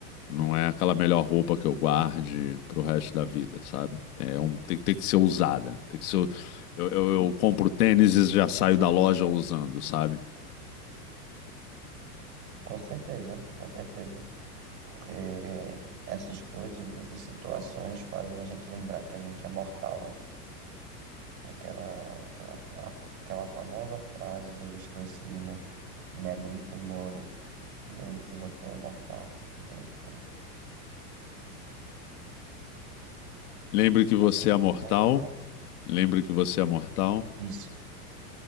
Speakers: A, on the left (about 70°); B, on the right (about 85°).
A: Não é aquela melhor roupa que eu guarde pro resto da vida, sabe? É um- tem, que- tem que ser usada. Tem que ser, eu, eu, eu compro tênis e já saio da loja usando, sabe?
B: Com certeza, com certeza, porque essas coisas, essas situações fazem a gente lembrar que a gente é mortal, né? Aquela, aquela, fa- aquela famosa frase do estoicismo, Memento mori, lembre que você é mortal. Então, tipo,
A: Lembre que você
B: a sua
A: é
B: inclusive.
A: mortal. Lembre que você é mortal.
B: Isso,